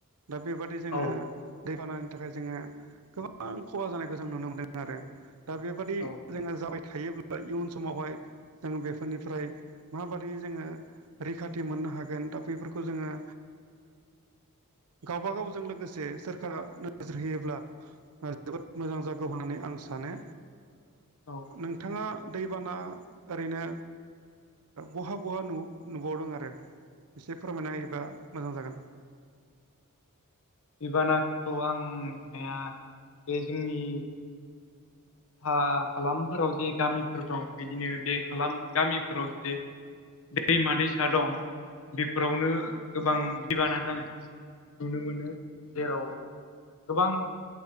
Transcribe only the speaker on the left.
औ
औ
औ
दैबानाखौथ' आं नुनाया बे जोंनि हा हालामफोराव जे गामिफोर दं बिदिनो बे हालाम गामिफोराव जे दैमा दैसा दं बेफोरावनो गोबां
दैबाना जानाय नुनो मोनो जेराव गोबां